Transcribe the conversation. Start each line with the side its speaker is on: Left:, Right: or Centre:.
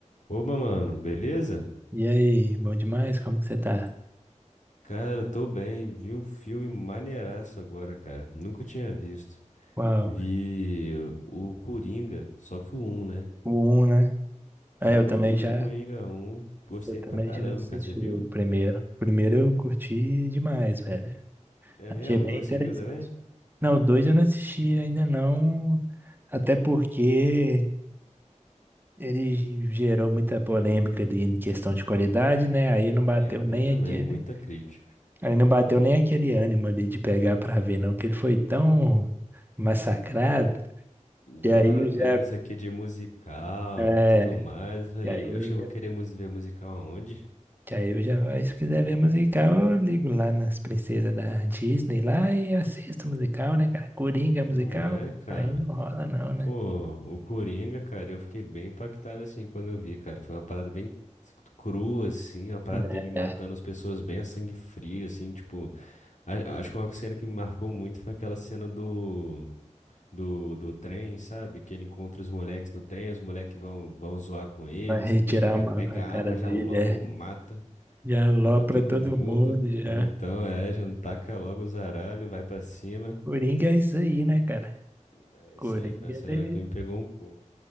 Left: Oba, mano, beleza?
Right: E aí, bom demais? Como que você tá?
Left: Cara, tô bem. Vi um filme maneiraço agora, cara. Nunca tinha visto.
Right: Uau,
Left: Vi o Coringa, só que o um, né?
Right: o um, né? É,
Left: Pô,
Right: eu também
Left: vi o
Right: já,
Left: Coringa um. Gostei
Right: eu também
Left: pra caramba,
Right: já assisti
Left: cara. Você viu?
Right: o primeiro. O primeiro eu curti demais, velho.
Left: É
Right: Achei
Left: mesmo?
Right: bem
Left: O 2
Right: interessante.
Left: você viu também?
Right: Não, o 2 eu não assisti ainda não, até porque ele ge- gerou muita polêmica ali em questão de qualidade, né? Aí não bateu
Left: Eu vi
Right: nem
Left: também,
Right: aquele,
Left: muita crítica.
Right: aí não bateu nem aquele ânimo ali de pegar pra ver, não, que ele foi tão massacrado. E
Left: Falaram
Right: aí eu
Left: que
Right: já,
Left: era não sei o que de musical
Right: é,
Left: e tudo mais. Eu falei,
Right: e aí
Left: oxe,
Right: eu
Left: eu
Right: já
Left: vou querer mus- ver musical aonde?
Right: Que aí eu já, aí se quiser ver musical, eu ligo lá nas princesas da Disney lá e assisto musical, né, cara? Coringa é musical,
Left: Não é, cara.
Right: aí não rola não, né?
Left: Pô, o Coringa, cara, eu fiquei bem impactado assim quando eu vi, cara. Foi uma parada bem crua, assim, uma parada dele
Right: É,
Left: matando
Right: é.
Left: as pessoas bem a sangue frio, assim, tipo. a- Acho que uma cena que me marcou muito foi aquela cena do, do, do trem, sabe? Que ele encontra os moleques no trem, os moleques vão, vão zoar com ele,
Right: vai
Left: não
Right: retirar
Left: sei o que, ele já
Right: uma
Left: pega
Right: com a
Left: a
Right: cara
Left: arma,
Right: dele,
Left: já logo
Right: é.
Left: mata,
Right: Já alopra
Left: mata todo
Right: todo
Left: mundo.
Right: mundo, já.
Left: Então, é, já não taca logo o zaralho, vai pra cima.
Right: O Coringa é isso aí, né, cara?
Left: É,
Right: O Coringa,
Left: isso aí foi a cena
Right: ele
Left: que me pegou um pouco.